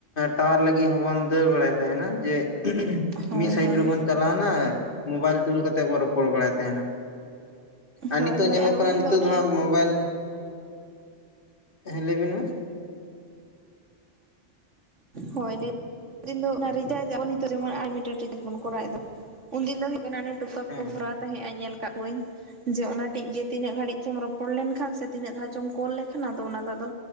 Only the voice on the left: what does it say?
ᱴᱟᱣᱟᱨ ᱞᱟᱹᱜᱤᱫ ᱦᱚᱸᱵᱚᱱ ᱫᱟᱹᱲ ᱵᱟᱲᱟᱭ ᱛᱟᱦᱮᱱᱟ ᱡᱮ
ᱢᱤᱫ ᱥᱟᱭᱤᱰ
ᱨᱮᱵᱚᱱ ᱪᱟᱞᱟᱣᱱᱟ ᱢᱳᱵᱟᱭᱤᱞ ᱛᱩᱞ ᱠᱟᱛᱮᱜ ᱵᱚᱱ ᱨᱚᱯᱚᱲ ᱵᱟᱲᱟᱭ ᱛᱟᱦᱮᱱᱟ᱾ ᱟᱨ
ᱱᱤᱛᱟᱹᱜ
ᱧᱮᱞᱚᱜ
ᱠᱟᱱᱟ
ᱱᱤᱛᱟᱹᱜ
ᱫᱚ ᱦᱟᱸᱜ ᱢᱳᱵᱟᱭᱤᱞ ᱦᱮᱸ ᱞᱟᱹᱭᱵᱤᱱ ᱢᱟ᱾
ᱦᱮᱸ